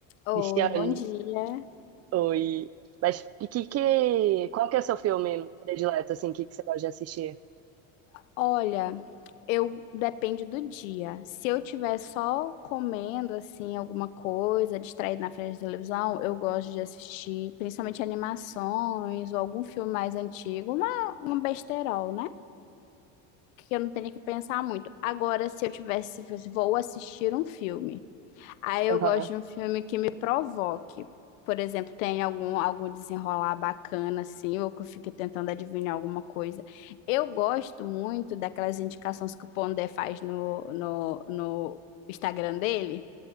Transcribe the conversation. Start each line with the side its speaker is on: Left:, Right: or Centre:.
Left: Oi,
Right: Cristiane,
Left: bom dia.
Right: oi. Mas e que, que, qual que é o seu filme predileto, assim, que, que você gosta de assistir?
Left: Olha, eu depende do dia. Se eu tiver só comendo assim alguma coisa, distraída na frente da televisão, eu gosto de assistir principalmente animações ou algum filme mais antigo, uma, um besterol, né? Que eu não tenho que pensar muito. Agora, se eu tivesse, se fosse, vou assistir um filme. Aí eu
Right: Aham.
Left: gosto de um filme que me provoque. Por exemplo, tem algum, algum desenrolar bacana, assim, ou que eu fique tentando adivinhar alguma coisa. Eu gosto muito daquelas indicações que o Pondé faz no, no, no Instagram dele.